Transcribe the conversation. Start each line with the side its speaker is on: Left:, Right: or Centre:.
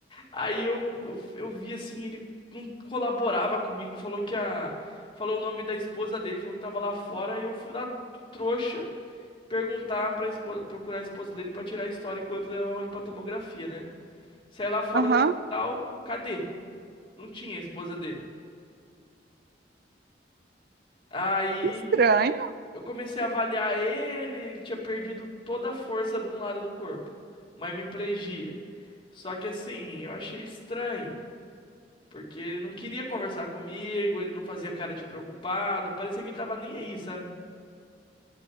Left: Aí eu, eu, eu vi assim, ele não colaborava comigo, falou que a, falou o nome da esposa dele, falou que tava lá fora, e eu fui lá trouxa perguntar pra esposa, procurar a esposa dele pra tirar a história enquanto levavam ele pra tomografia, né? Saí lá fora
Right: Aham.
Left: do hospital, cadê? Não tinha a esposa dele. Aí
Right: Que Estranho.
Left: eu comecei a avaliar ele, ele tinha perdido toda a força de um lado do corpo, uma hemiplegia. Só que assim, eu achei estranho, porque ele não queria conversar comigo, ele não fazia cara de preocupado, parecia que ele tava nem aí, sabe?